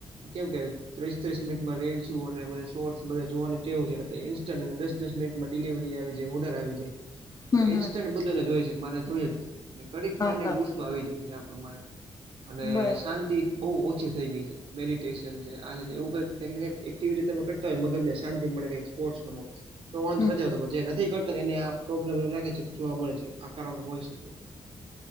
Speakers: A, on the right; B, on the left.
A: કેમ કે ત્રીસ ત્રીસ મિનિટમાં રીલસુ અને બધ શોર્ટ્સ બધ જોવાનું ટેવું છે ઇન્સ્ટન્ટ અને દસ દસ મિનિટમાં ડિલિવરી આવી જવ વધારે આવી જાય
B: હમ
A: ને ઇન્સ્ટન્ટ
B: હમ
A: બધાને જોય છે મારે જોય જ ઘડીક
B: હા
A: માં એને
B: હા
A: ગુસ્સો છે સ્સો આવી જાય છે આપ મારે અને
B: બરાબર
A: શાંતિ બઉુ ઓછી થઈ ગઈ છે મેડિટેશન છે એવું ક કઈક ને કક એક્ટિવિટી તમે કરતા હોય મગજ ને શાંતિ માટે કઈક સ્પોર્ટ રમત છે તો વાંધો
B: હમ
A: નથી આવતો જે નથી કરતાને એને આ પ્રોબ્લેમ એવું લાગે છે કે જોવા મળે છે આ કારણ હોય શકે